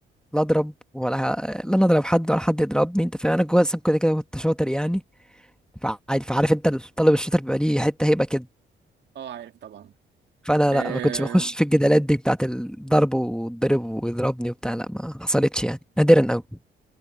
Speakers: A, in the centre; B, on the right.
A: لا اضرب ولا لا انا اضرب حد ولا حد يضربني انت فاهم انا جوه اصلا كده كده كنت شاطر يعني فعادي فعارف انت الطالب الشاطر بيبقى ليه حته هيبه كده
B: اه عارف طبعا
A: فانا
B: آه،
A: لا ما كنتش بخش في الجدالات دي بتاعت الضرب واتضرب ويضربني وبتاع لا ما حصلتش يعني نادرا قوي